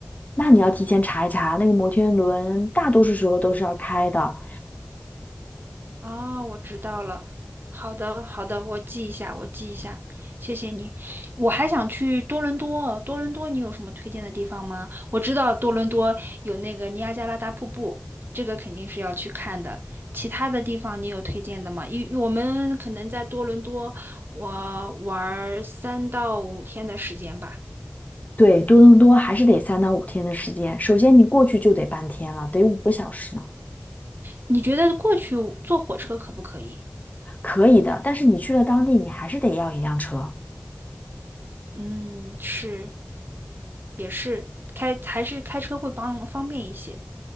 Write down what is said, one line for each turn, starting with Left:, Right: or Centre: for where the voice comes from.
Left: 那你要提前查一查，那个摩天轮大多数时候都是要开的。
Right: 哦，我知道了。好的，好的，我记一下，我记一下，谢谢你。我还想去多伦多，多伦多你有什么推荐的地方吗？我知道多伦多有那个尼亚加拉大瀑布，这个肯定是要去看的。其他的地方你有推荐的吗？因我们可能在多伦多，我玩儿三到五天的时间吧。
Left: 对，多伦多还是得三到五天的时间。首先，你过去就得半天了，得五个小时呢，
Right: 你觉得过去坐火车可不可以？
Left: 可以的。但是你去了当地，你还是得要一辆车。
Right: 嗯，是，也是，开还是开车会帮方便一些。